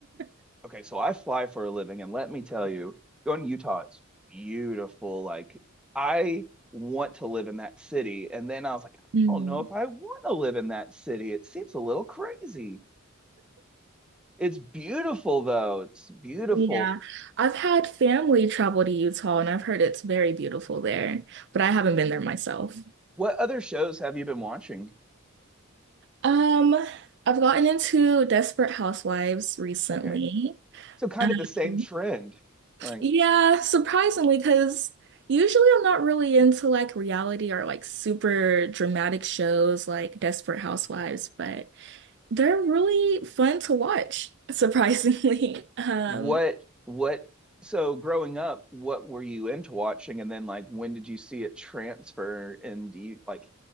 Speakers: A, on the right; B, in the centre.
A: <laughs>
B: okay, so I fly for a living, and let me tell you, going to Utah, it's beautiful. Like I want to live in that city, and then I was like, I
A: Mm.
B: don't know if I want to live in that city. It seems a little crazy. It's beautiful though. It's beautiful.
A: Yeah. I've had family travel to Utah and I've heard it's very beautiful there, but I haven't been there myself.
B: What other shows have you been watching?
A: Um, I've gotten into Desperate Housewives recently.
B: Okay, so kind
A: Um,
B: of the same trend. Like
A: yeah, surprisingly, because usually I'm not really into like reality or like super dramatic shows like Desperate Housewives, but they're really fun to watch, surprisingly. <laughs> Um,
B: what what so growing up, what were you into watching? And then like when did you see it transfer? And do you like